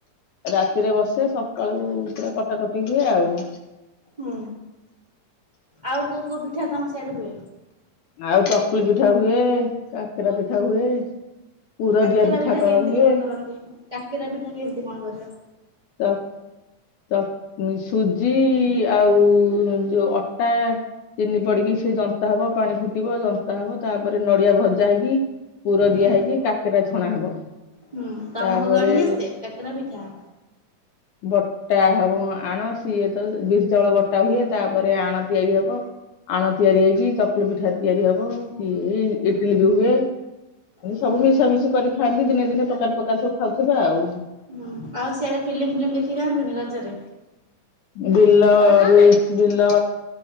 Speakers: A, on the left (about 70°); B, on the right (about 15°).
A: ରାତିରେ ବସେ, ସକାଳୁ ପୁରା କଟାକଟି ହୁଏ ଆଉ।
B: ହୁଁ। ଆଉ କୋଉ କୋଉ ପିଠା ତମ ସିଆଡେ ହୁଏ?
A: ଆଉ ଚକୁଳି ପିଠା ହୁଏ। କାକେରା ପିଠା ହୁଏ। ପୁର
B: କାକେରା
A: ଦିଆ
B: ପିଠା
A: କ
B: କେମତି
A: ହୁଏ
B: କଣ କରନ୍ତି? କାକେରା ପିଠା କେମିତି କଣ କରିବ?
A: ତ ଚ, ସୁଜି ଆଉ ଯୋଉ ଅଟା ଚତିିନି ପଡିକି ସେ ଜନ୍ତା ହବ ପାଣି ଫୁଟିବ ଜଂସା ହବ ତାପରେ ନଡିଆ ଭଜା ହେଇକି ପୁର
B: ହୁଁ
A: ଦିଆ ହେଇକି କା ଛଣା ହବ।
B: ହୁଁ ତମକୁ
A: ତାପରେ
B: ଗାଢଡିଆସ କାକେରା ପିଠା
A: ବତ ଟା ହବ ଆଣ ସିଏ ତ ବିୀର୍ ଜଳ ବଟା ହୁଏ ତାପରେ ଆଣ ତିଆରି ହବ ଆଣ ତିଆରି ହେଇକି ଚକୁଳି ପିଠା ତିଆରି ହବ
B: ହୁଁ
A: ଇଟିଲି ବି ହୁଏ ଏତି
B: ହୁଁ
A: ସବୁ ମିଶାମିଶି କରି ଖଥାନ୍ତି ଦିନେ ଦିନେ ପ୍ରକାର ପ୍ରକାର ସବୁ ଖାଉଥିବା ଆଉ
B: ହୁଁ ଆଉ ସିଆଡେ ଫିଲ୍ମ ଫିଲ୍ମ ଦେଖି ଯାଆନ୍ତୁି ରଜରେ
A: ବିଲ ବା ବିଲ